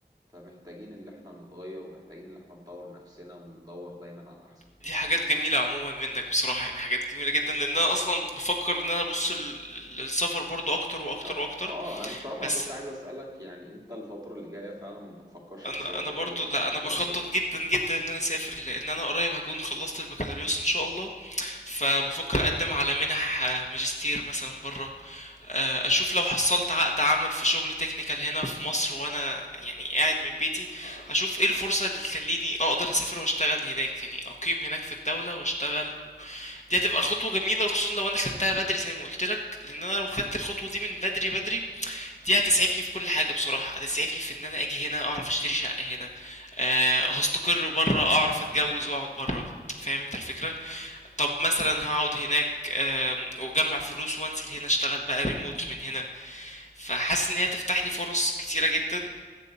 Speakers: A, on the right; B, on the left.
A: فمحتاجين اللي احنا نتغير ومحتاجين اللي احنا نطور نفسنا وندور دايما على احسن
B: دي حاجات جميلة عموما منك بصراحة يعني حاجات جميلة جدا لان انا اصلا بفكر ان انا ابص لل- للسفر برضو اكتر واكتر
A: اه
B: واكتر
A: اه انا الصراحة انا
B: بس
A: كنت عايز اسألك يعني انت الفترة اللي جاية فعلا ما بتفكرش
B: انا
A: تسافر
B: انا برضو
A: ولا بتفكر
B: لا انا
A: تعمل
B: بخطط
A: ايه
B: جدا جدا ان انا اسافر لان انا قريب هكون خلصت البكالوريوس ان شاء الله فبفكر اقدم على منح آه، ماجستير مثلا بره آه، اشوف لو حصلت عقد عمل في شغل تكنيكال هنا في مصر وانا يعني قاعد من بيتي اشوف ايه الفرصة اللي تخليني اقدر اسافر واشتغل هناك يعني اقيم هناك في الدولة واشتغل و... دي هتبقى خطوة جميلة وخصوصا لو انا خدتها بدري زي ما قلت لك لان انا لو خدت الخطوة دي من بدري بدري دي هتسعفني في كل حاجة بصراحة هتسعفني في ان انا اجي هنا اعرف اشتري شقة هنا أه هستقر برا اعرف اتجوز واقعد برا فاهم انت الفكرة طب مثلا هقعد هناك آم، واجمع فلوس وانزل هنا اشتغل بقى ريموت من هنا فحاسس ان هي تفتح لي فرص كتيرة جدا